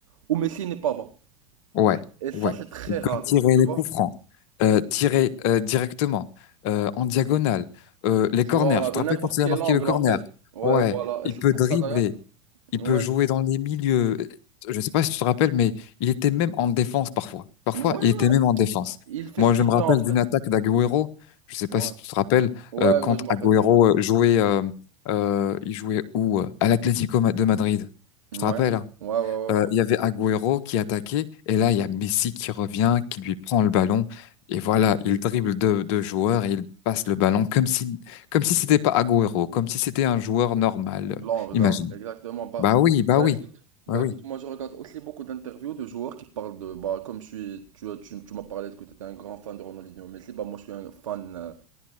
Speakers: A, on the right; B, on the left.
A: où Messi n'est pas bon.
B: Ouais,
A: Et ça,
B: ouais.
A: c'est très
B: Il
A: rare,
B: peut tirer
A: tu
B: les
A: vois.
B: coups francs, euh, tirer euh, directement, euh, en diagonale, euh, les corners.
A: Voilà,
B: Tu te
A: de
B: rappelles
A: n'importe
B: quand il
A: quel
B: a marqué
A: angle,
B: le corner?
A: en fait. Ouais,
B: Ouais.
A: voilà. Et
B: Il
A: c'est
B: peut
A: pour
B: dribbler.
A: ça, d'ailleurs.
B: Il
A: Ouais.
B: peut jouer dans les milieux. euh, Je ne sais pas si tu te rappelles, mais il était même en défense parfois. Parfois,
A: Ouais, ouais.
B: il était même en défense.
A: Il fait
B: Moi,
A: ce qu'il
B: je me rappelle
A: veut, en fait.
B: d'une attaque d'Agüero. Je ne sais
A: Ouais.
B: pas si tu te rappelles,
A: Ouais,
B: euh, quand
A: ouais, je me
B: Agüero
A: rappelle très
B: euh, jouait, euh, euh, il jouait où? euh, À l'Atlético Ma- de Madrid.
A: bien.
B: Tu te
A: Ouais.
B: rappelles, hein
A: Ouais, ouais, ouais,
B: Euh,
A: ouais.
B: il y avait Agüero qui attaquait, et là, il y a Messi qui revient, qui lui prend le ballon. Et voilà, il dribble deux, deux joueurs et il passe le ballon comme si, comme si c'était pas Agüero, comme si c'était un joueur normal.
A: L'angle,
B: euh, Imagine.
A: là. Exactement. Bah,
B: Bah oui, bah
A: bah,
B: oui,
A: écoute. Bah,
B: bah oui.
A: écoute, moi, je regarde aussi beaucoup d'interviews de joueurs qui parlent de. Bah, comme je suis. Tu, as- tu, tu m'as parlé que tu étais un grand fan de Ronaldinho Messi. Bah, moi, je suis un fan. euh,